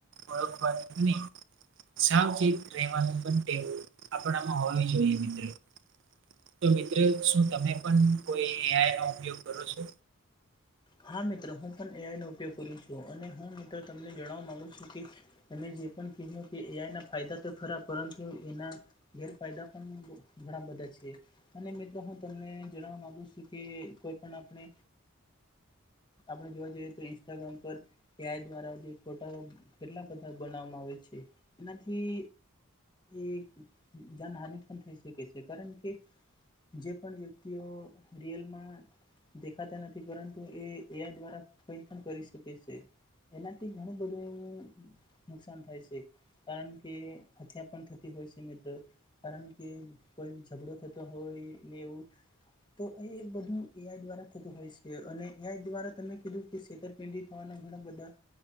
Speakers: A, on the right; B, on the left.
A: ઓળખવા ને સાવચિત રહેવાનું પણ ટેવ આપણામાં હોવી જોઈએ મિત્ર તો મિત્ર શું તમે પણ કોઈ એ આઇ નો ઉપયોગ કરો છો
B: હા મિત્ર હું પણ એઆઈ નો ઉપયોગ કરું છું અને હું મિત્ર તમને જણવા માંગુ છું કે તમે જે પણ કીધું કે એઆઈ ના ફાયદા તો ખરા પરંતુ એના ગેરફાયદા પણ ઘણા બધા છે, અને મિત્ર હું તમને જણાવવા માગુ છું કે કોઈ પણ આપણે આપણે જોવા જઈએ તો ઇન્સ્ટાગ્રામ પર એઆઈ દ્વારા જે ખોટા કેટલા બધા બનાવામાં આવે છે. એનાથી એ જાનહાની પણ થઈ શકે છે. કારણ કે જે પણ વ્યક્તિઓ રિયલમાં દેખાતા નથી પરં તો એ એઆઈ દ્વારા કઈ પણ કરી શકે છે. એનાથી ઘણું બધું એવું નુકસાન થાય છે. કારણ કે હત્યા પણ થતી હોય છે મિત્ર. કારણ કે કોઈ ઝઘડો થતો હોય ને એવું તો એ બધું એઆઈ દ્વારા થતું હોય છે અને એઆઈ દ્વારા તમે કીધું કે છેતરપિંડી થવાના ઘણા બધા